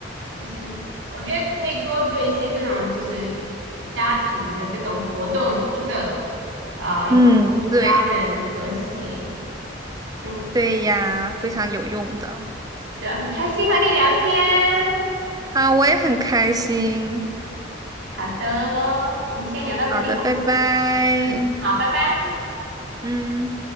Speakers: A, on the right (about 85°); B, on the right (about 20°).
A: 其实我觉得可以多做一些这种就是家庭的这种活动，真的啊、有帮助家人和谐，
B: 嗯，对
A: 真的，
B: 对呀，非常有用的。
A: 对，很开心和你聊天。
B: 好，我也很开心。
A: 好的哦，我们先聊到这里吧。
B: 好的，拜拜。
A: 嗯，好，拜拜。
B: 嗯。